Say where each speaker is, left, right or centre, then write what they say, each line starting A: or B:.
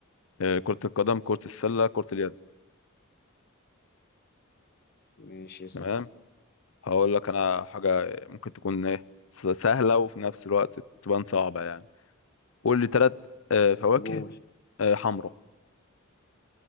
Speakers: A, on the left; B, on the left.
A: آه، كرة القدم كرة السلة كرة اليد
B: ماشي صح
A: تمام هقول لك انا حاجة ممكن تكون ايه س- سهلة وفي نفس الوقت تبان صعبة يعني قول لي ثلاث فواكه
B: قول
A: آه، حمرا